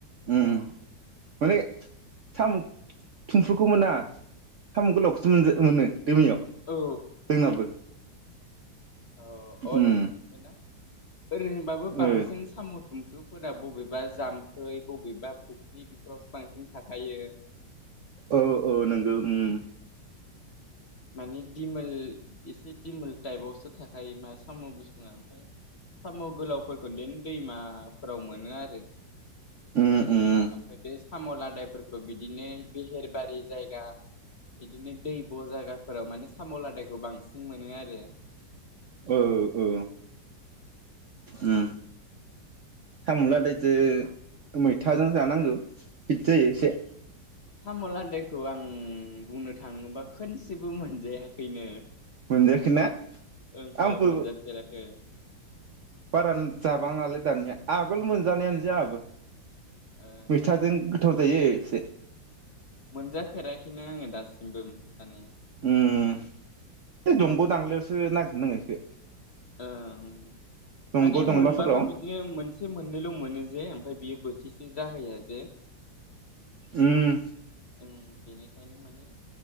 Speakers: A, on the right (about 60°); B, on the left (about 45°).
A: उम माने सामु थुमफ्रुखौ मोना। सामु गोलावखौसो मोनज-मोनो दैमायाव
B: औ
A: जोंनाबो।
B: अ अ
A: उम
B: नोंसोरखौ मोना ओरैनोबाबो बांसिन
A: ओ
B: साम' थुमफ्रुफोरा बबेबा जाम्फै बबेबा फुख्रि बेफोरावसो बांसिन थाखायो
A: औ औ नोंगौ उम
B: माने दिमोल एसे दिमोल टाइपआवसो थाखायो मा साम' गुसुङा ओमफ्राय साम' गोलावफोरखौ देन दैमाफोराव मोनो आरो।
A: उम उम
B: ओमफ्राय बे साम' लादायफोरखौ बिदिनो बेहेरबारि जायगा बिदिनो दैब' जागाफोराव माने साम' लादायखौ बांसिन मोनो आरो।
A: ओ ओ उम सामु लादायजो मैथाजों जानांगो हित जायो इसे
B: साम' लादायखौ आं बुंनो थाङोबा खोनसेबो मोनजायाखैनो।
A: मोनजायाखैना
B: ओंहो
A: आंबो
B: मोनजाफेराखै
A: बारा जाबाङालै दानिया आगोल मोनजानायानो जाहाबो।
B: ओ
A: मैथाजों गोथाव जायो इसे
B: मोनजाफेराखैनो आङो दासिमबो माने
A: उम ए दंग' दांलायावसो नागिर नाङो इखो।
B: उम
A: दंग'
B: माने
A: दंलाफोराव
B: मोनबाबो बिदिनो मोनसे मोननैल मोनो जे ओमफ्राय बियो बो थिसो जाहैया जे
A: उम
B: उम बेनिखायनो माने